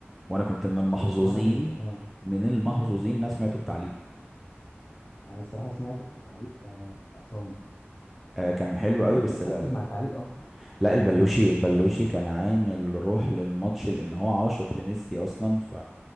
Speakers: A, in the centre; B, on the left.
A: وانا كنت من المحظوظين
B: انا الصراحه كنت اه
A: من المحظوظين
B: <laughs>
A: إن انا سمعته بتعليقه
B: انا الصراحه سمعت التعليق آه، عصام
A: آه كان حلو
B: ما
A: قوي
B: كنتش
A: بس لا
B: مركز
A: لا
B: مع التعليق اصلا
A: لا البلوشي
B: يعني انا ما كنتش
A: البلوشي
B: آه،
A: كان عامل روح للماتش لان هو عاشق لميسي اصلا ف